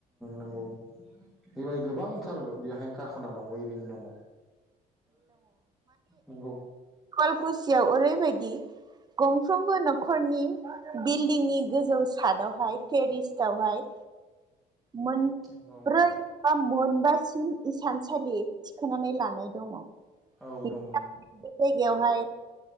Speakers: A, in the centre; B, on the right.
A: नांगौ बेबायदि गोबांथार बेहाय कारखाना दङ वेइभिं दङ नंगौ
B: हुवालकुसियाव ओरैबायदि गंफ्रोमबो न'खरनि बिल्डिंनि गोजौ सादावहाय टेरिस्वहाय मोन
A: नंगौ
B: ब्रै मोनबासिम इसानसालि थिखोनानै लानाय दङ <unintelligible>
A: औ
B: बे
A: दङ
B: जायगायाव हाय